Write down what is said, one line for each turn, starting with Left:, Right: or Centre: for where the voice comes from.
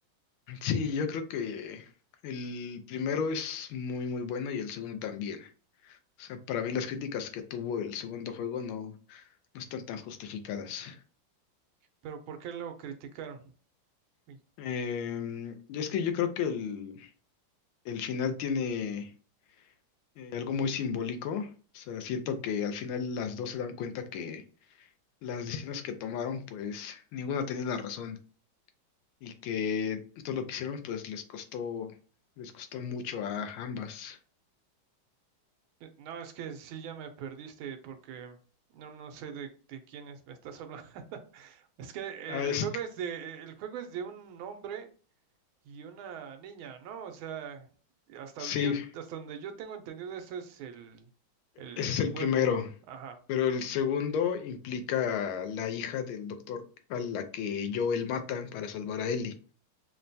Left: Sí, yo creo que el primero es muy muy bueno y el segundo también. O sea, para mí las críticas que tuvo el segundo juego no, no están tan justificadas.
Right: Pero ¿por qué lo criticaron? Uy,
Left: Eh, y es que yo creo que el, el final tiene eh, algo muy simbólico. O sea, siento que al final las dos se dan cuenta que las decisiones que tomaron, pues ninguna tenía la razón y que todo lo que hicieron, pues les costó, les costó mucho a ambas.
Right: Eh, No, es que sí ya me perdiste porque no, no sé de, de quiénes me estás hablando. <laughs> Es que eh,
Left: Ah,
Right: el
Left: es
Right: juego
Left: que-
Right: es de, eh, el juego es de un hombre y una niña, ¿no? O sea, hasta
Left: sí.
Right: yo, hasta donde yo tengo entendido, ese es el, el,
Left: Ese
Right: el
Left: es el
Right: juego.
Left: primero,
Right: Ajá.
Left: pero el segundo implica a la hija del doctor a la que Joel mata para salvar a Ellie.